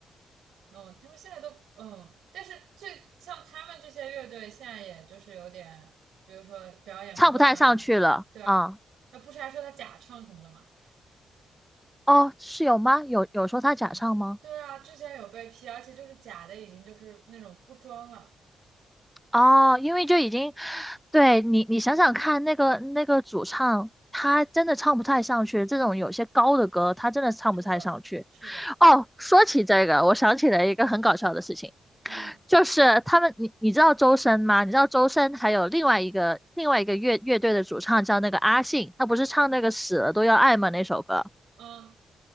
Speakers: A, on the right (about 80°); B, in the centre.
A: 嗯，他们现在都嗯，但是最像他们这些乐队，现在也就是有点，比如说表演不动啊，
B: 唱不太上去了啊、
A: 对啊，那不是还说他假唱什么的嘛？
B: 哦，是有吗？有有说他假唱吗？
A: 对啊，之前有被批，而且就是假的，已经就是那种不装了。
B: 哦，因为就已经，对你你想想看，那个那个主唱他真的唱不太上去，这种有些高的歌他真的唱不太上去。
A: 是的，是的，
B: 哦，说起这个，我想起来一个很搞笑的事情。
A: 嗯
B: 就是他们，你你知道周深吗？你知道周深还有另外一个另外一个乐乐队的主唱叫那个阿信，他不是唱那个死了都要爱吗那首歌？
A: 嗯，